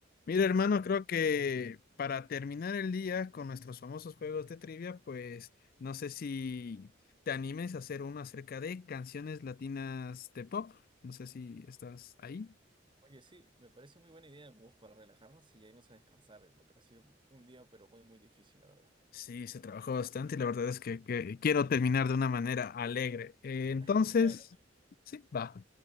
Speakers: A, on the left; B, on the right.
A: Mira, hermano, creo que para terminar el día con nuestros famosos juegos de trivia, pues no sé si te animes a hacer uno acerca de canciones latinas de pop. No sé si estás ahí.
B: Oye, sí, me parece muy buena idea como para relajarnos y ya irnos a descansar, eh, porque ha sido un día, pero muy, muy difícil, la verdad.
A: Sí, se trabajó bastante y la verdad es que, que quiero terminar de una manera alegre. Eh, entonces,
B: <laughs> Claro,
A: sí, va,